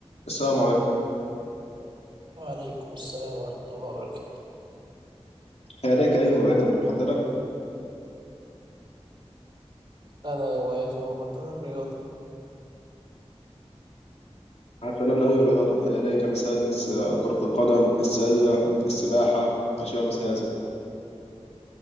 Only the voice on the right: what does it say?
وعليكم السلام ورحمة الله وبركاته
أنا هوايتي المفضلة الرياضة